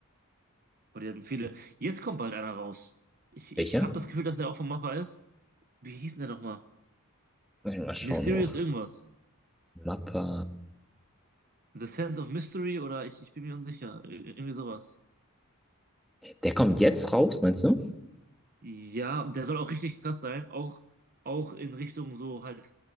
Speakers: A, on the right; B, in the centre.
A: Und die hatten viele. Jetzt kommt bald einer raus. Ich,
B: Welcher?
A: ich habe das Gefühl, dass der auch von Mappa ist. Wie hieß denn der nochmal?
B: Lass mich Mal schauen
A: Mysterious
B: noch.
A: irgendwas.
B: Mappa.
A: The Sense of Mystery oder ich, ich bin mir unsicher. Ir- Irgendwie sowas.
B: Der kommt jetzt raus, meinst du?
A: Ja, der soll auch richtig krass sein. Auch, auch in Richtung so halt,